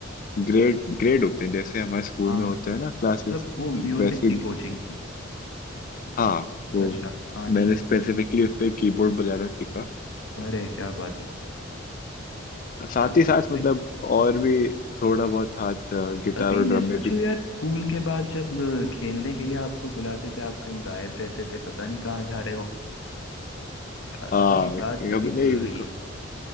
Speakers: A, on the left; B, on the left.
A: ग्रेड ग्रेड होते हैं जैसे हमारे स्कूल
B: हाँ
A: में होते हैं ना क्लासेस
B: मतलब वो म्यूजिक
A: वैसे
B: की कोचिंग थी
A: हाँ वो
B: अच्छा हाँ
A: मैंने
B: ठीक
A: स्पेसिफिकली
B: है
A: उस पर कीबोर्ड बजाना सीखा
B: अरे क्या बात है शानदार
A: साथ ही साथ मतलब
B: है
A: और भी थोड़ा बहुत हाथ गिटार
B: अभी
A: और
B: मैं
A: ड्रम
B: सोचूं
A: में भी
B: यार स्कूल के बाद जब अ, खेलने के लिए आपको बुलाते थे आप कहीं गायब रहते थे पता नहीं कहाँ जा रहे हो अ-
A: हाँ
B: अभी बात
A: कभी
B: अभी खुल
A: नहीं
B: रही है